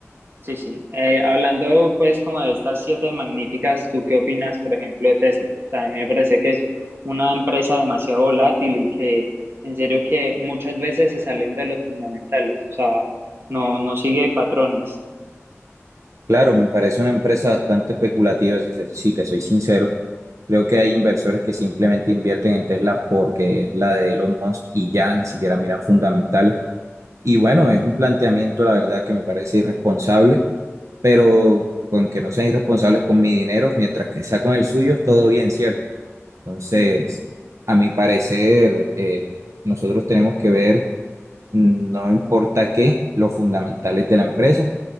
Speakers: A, on the right; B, on the right.
A: sí, sí, Eh, hablando pues como de estas siete magníficas, ¿tú qué opinas, por ejemplo, de Tesla? O sea, a mí me parece que es una empresa demasiado volátil y que en serio que muchas veces se salen de los fundamentales, o sea, no, no sigue patrones.
B: Claro, me parece una empresa bastante especulativa, si, se- si te soy sincero. Creo que hay inversores que simplemente invierten en Tesla porque es la de Elon Musk y ya ni siquiera miran fundamentales. Y bueno, es un planteamiento, la verdad, que me parece irresponsable, pero con que no sean irresponsables con mi dinero, mientras que sea con el suyo, todo bien, ¿cierto? Entonces,
A: Ujú.
B: a mi parecer, eh, nosotros tenemos que ver, mm, no importa qué, los fundamentales de la empresa